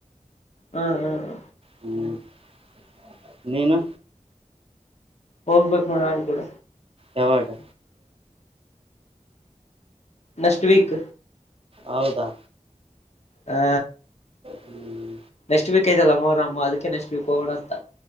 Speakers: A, on the left (about 55°); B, on the right (about 45°).
A: ಹ್ಮ್ ಹ್ಮ್
B: ಹ್ಞ ನೀನು
A: ಹೋಗ್ಬೇಕು ನೋಡ ನಾನ್ ಕೂಡ
B: ಯಾವಾಗಾ
A: ನೆಕ್ಸ್ಟ್ ವೀಕ್
B: ಹೌದಾ
A: ಹಾ
B: ಹ್ಮ್
A: ನೆಕ್ಟ್ ವೀಕ್ ಐತಲ್ಲ ಮೋಹರೊಮ್ ಅದಕ್ಕೆ ನೆಕ್ಸ್ಟ್ ವೀಕ್ ಹೋಗೋಣ ಅಂತ